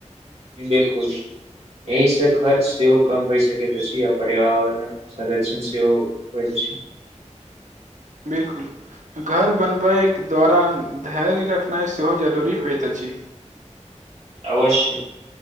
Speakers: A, on the right (about 60°); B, on the right (about 85°).
A: बिलकुल अहि से खर्च सेवो कम होइ सक प आ पर्यावरणक संर्षण सेव होइत अछी। <unintelligible>
B: बिल्कुल घर बनबैके दौरान धैर्य रखनाइ सेहो जरूरी होइत अछि। <unintelligible>
A: अवश्य